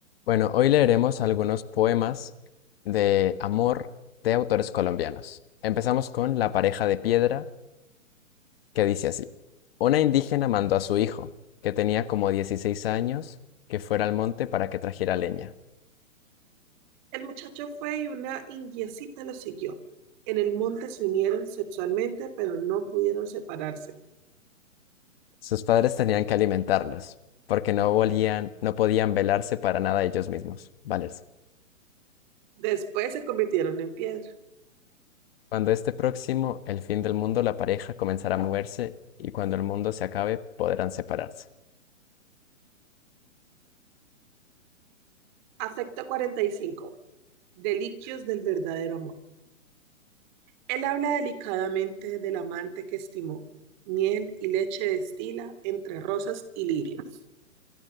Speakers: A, on the left; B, on the right.
A: Bueno, hoy leeremos algunos poemas de amor de autores colombianos. Empezamos con La pareja de piedra, que dice así. Una indígena mandó a su hijo, que tenía como 16 años, que fuera al monte para que trajera leña.
B: El muchacho fue y una indiecita lo siguió. En el monte se unieron sexualmente, pero no pudieron separarse.
A: Sus padres tenían que alimentarlos, porque no volían, no podían velarse para nada ellos mismos, valerse.
B: Después se convirtieron en piedra.
A: Cuando esté próximo el fin del mundo, la pareja comenzará a moverse y cuando el mundo se acabe, podrán separarse.
B: Afecto 45. Deliquios del verdadero amor. Él habla delicadamente del amante que estimó. Miel y leche destila entre rosas y lirios.